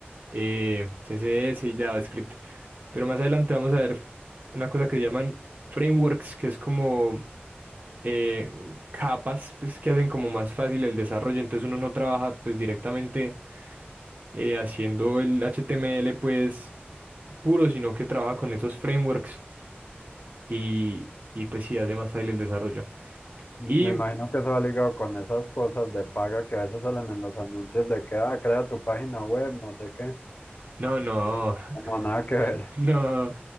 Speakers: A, on the right; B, on the left.
A: eh, CSS y JavaScript. Pero más adelante vamos a ver una cosa que llaman frameworks, que es como eh, capas pues, que hacen como más fácil el desarrollo. Entonces uno no trabaja pues directamente eh, haciendo el HTML pues puro, sino que trabaja con esos frameworks y, y pues sí hace más fácil el desarrollo.
B: Me
A: Y
B: imagino que eso va ligado con esas cosas de paga que a veces salen en los anuncios de que, ah, crea tu página web, no sé qué.
A: no, no,
B: No, nada que ver.
A: <laughs> no,